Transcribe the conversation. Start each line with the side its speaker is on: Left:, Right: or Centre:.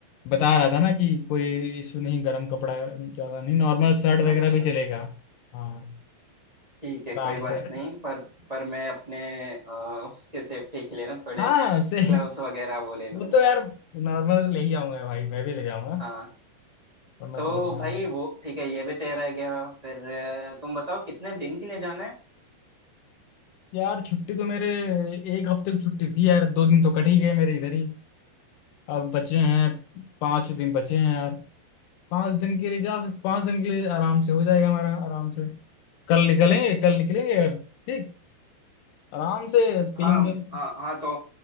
Left: बता रहा था ना कि कोई इशू नहीं गर्म कपड़ा ज्यादा नहीं नॉर्मल शर्ट वगैरह
Right: अच्छा
Left: भी चलेगा हाँ
Right: ठीक है कोई
Left: आराम
Right: बात
Left: से
Right: नहीं पर पर मैं अपने अ, उसके सेफ्टी के लिए ना थोड़े
Left: हाँ से
Right: ग्लव्स वगैरह वो ले लूंगा
Left: वो तो यार नॉर्मल ले ही आऊंगा भाई मैं भी ले जाऊंगा
Right: हाँ
Left: और मैं
Right: तो
Left: तो बता
Right: भाई वो ठीक है ये भी तय रह गया फिर अ, तुम बताओ कितने दिन के लिए जाना है
Left: यार छुट्टी तो मेरे एक हफ्ते की छुट्टी थी यार दो दिन तो कट ही गए मेरे इधर ही अब बचे हैं पांच दिन बचे हैं यार पांच दिन के लिए जा सक पांच दिन के लिए आराम से हो जाएगा हमारा आराम से कल निकलेंगे कल निकलेंगे यार ठीक आराम से तीन
Right: हाँ
Left: दिन
Right: हाँ हाँ तो